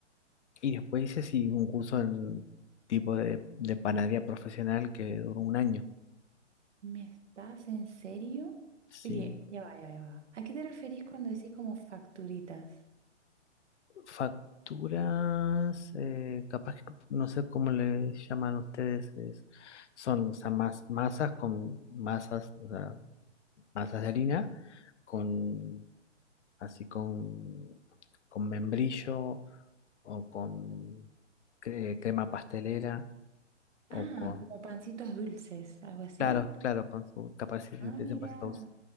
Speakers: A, on the left; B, on the right.
A: Y después hice, sí, un curso en tipo de, de panadería profesional que duró un año.
B: ¿Me estás en serio?
A: Sí,
B: Oye, ya va, ya va, ya va. ¿A qué te referís cuando decís como facturitas?
A: Facturas, eh, capaz que no sé cómo le llaman ustedes, es- son o sea, mas- masas con masas, o sea, masas de harina, con así con, con membrillo o con cre- crema pastelera o
B: Ah,
A: con,
B: como pancitos dulces, algo así.
A: claro, claro, con su capacidad
B: Ah,
A: de ustedes
B: mira,
A: en pasta dulce.